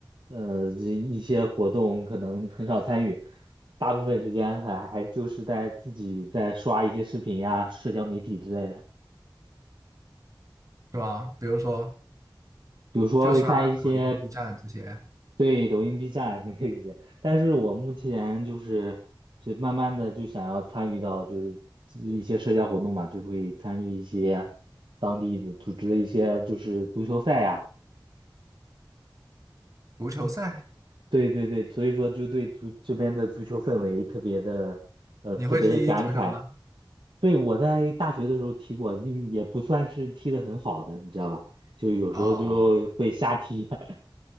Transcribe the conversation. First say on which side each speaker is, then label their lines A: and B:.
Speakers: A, on the right (about 75°); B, on the right (about 45°).
A: 呃，这一些活动可能很少参与，大部分时间还还就是在自己在刷一些视频呀、社交媒体之类的。
B: 是吧？比如说，
A: 比如说会看一些
B: 就刷抖音、B 站这些
A: 对，抖音、B 站会遇见，但是我目前就是，就慢慢的就想要参与到就是一些社交活动嘛，就会参与一些当地的组织的一些就是足球赛呀、
B: 足球赛，
A: 对对对，所以说就对足这边的足球氛围特别的，呃，
B: 你会踢足球吗？
A: 特别的感慨。对，我在大学的时候踢过，嗯也不算是踢得很好的，你知道吧？就有时候就会瞎踢。
B: 哦，
A: <laughs>